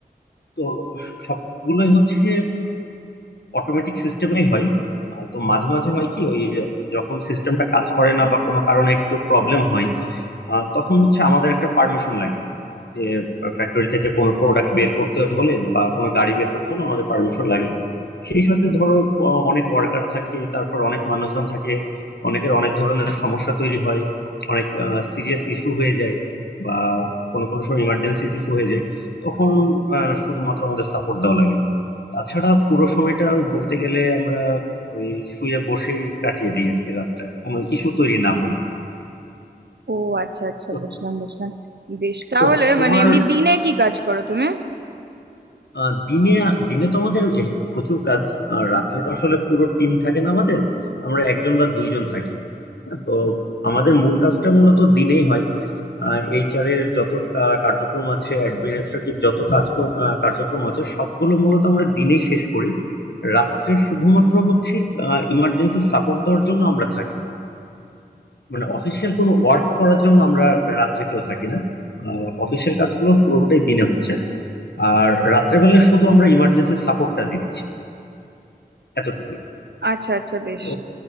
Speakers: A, on the left; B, on the right.
A: তো সবগুলোই হচ্ছে অটোমেটিক সিস্টেমেই হয় আহ, তো মাঝে মাঝে হয় কি ওই যখন সিস্টেমটা কাজ করে না বা কোনো কারণে একটু প্রবলেম হয় আহ, তখন হচ্ছে আমাদের একটা পারমিশন লাগে যে ফ্যাক্টরি থেকে কোনো প্রোডাক্ট বের করতে হলে বা কোনো গাড়ি বের করতে হলে আমাদের পারমিশন লাগে সেই সাথে ধরো আহ, অনেক ওয়ার্কার থাকে তারপর অনেক মানুষজন থাকে অনেকের অনেক ধরনের সমস্যা তৈরি হয় অনেক সিরিয়াস ইস্যু হয়ে যায় বা কোনো কোনো সময় ইমার্জেন্সি ইস্যু হয়ে যায় তখন আহ, শুধুমাত্র আমাদের সাপোর্ট দেওয়া লাগে তাছাড়া পুরো সময়টা বলতে গেলে আমরা ওই শুয়ে বসেই কাটিয়ে দিই আর কি রাতটা কোনো ইস্যু তৈরি না হলে
B: ও আচ্ছা আচ্ছা
A: তো
B: বুঝলাম বুঝলাম বেশ তাহলে
A: তো তোমার
B: মানে এমনি দিনে কি কাজ করো তুমি
A: আহ, দিনে দিনে তো আমাদের এ, প্রচুর কাজ আর রাত্রে তো আসলে পুরো টিম থাকে না আমাদের আমরা একজন বা দুইজন থাকি হ্যাঁ, তো আমাদের মূল কাজটা মূলত দিনেই হয় এইচআর এর যত আহ, কার্যক্রম আছে অ্যাডমিনিস্ট্রেটিভ যত কাজক্রম আহ, কার্যক্রম আছে সবগুলো মূলত আমরা দিনেই শেষ করি রাত্রে শুধুমাত্র হচ্ছে ইমার্জেন্সি সাপোর্ট দেওয়ার জন্য আমরা থাকি মানে অফিসিয়াল কোনো ওয়ার্ক করার জন্য আমরা রাত্রে কেউ থাকি না অফিসিয়াল কাজগুলো পুরোটাই দিনে হচ্ছে আর রাত্রেবেলায় শুধু আমরা ইমার্জেন্সি সাপোর্টটা দিচ্ছি এতটুকুই
B: আচ্ছা আচ্ছা বেশ
A: তো